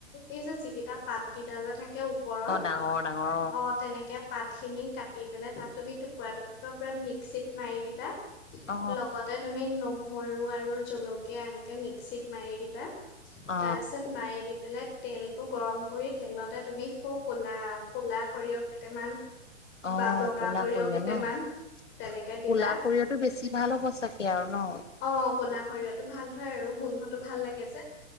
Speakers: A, on the left; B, on the left.
A: এই যে যিকেইটা পাত কেইটা যে থাকে। ওপৰৰ
B: অ ডাঙৰ ডাঙৰ
A: অ' তেনেকে পাত খিনি কাটি পেলাই তাত তুমি টুকুৰা টুকুৰা পুৰা মিক্সিত মাৰি দিবা
B: অ
A: লগতে তুমি নো! সৰু আৰু জলকীয়া এনেকে মিক্সিত মাৰি দিবা
B: অ
A: তাৰছত মাৰ দি পেলাক তেলটো গৰম কৰি তেলতে তুমি সু কলা কলা সৰিয়হ কেইটামান
B: অ'
A: বা বগা
B: কোলা
A: সৰিয়হ
B: সৰিয়
A: কেইটামান
B: ন
A: তেনেকে দিবা।
B: কোলা সৰিয়টো বেছি ভাল হ'ব চাগে আৰু ন
A: অ' কলা শৰিয়হটো ভাল হয় আৰু গোন্ধটো ভাল লাগে আছে